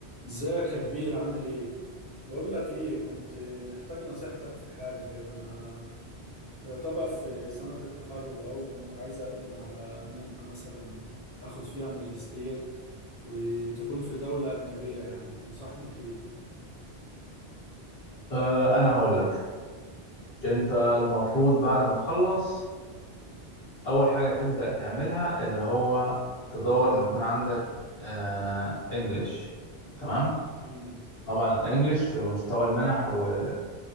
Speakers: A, on the left; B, on the left.
A: ازيك يا كبير عامل ايه؟ بقول لك ايه كنت محتاج نصيحتك في حاجة كده انا يعتبر في سنة التخرج اهو كنت عايز اقدم على منحة مثلا اخد فيها ماجستير وتكون في دولة اجنبية يعني تنصحني بايه؟
B: آه، انا هقول لك انت المفروض بعد ما تخلص اول حاجه تبدا تعملها اللي هو تدور ان يكون عندك آه انجليش تمام
A: امم
B: طبعا الانجليش في مستوى المنح ولازم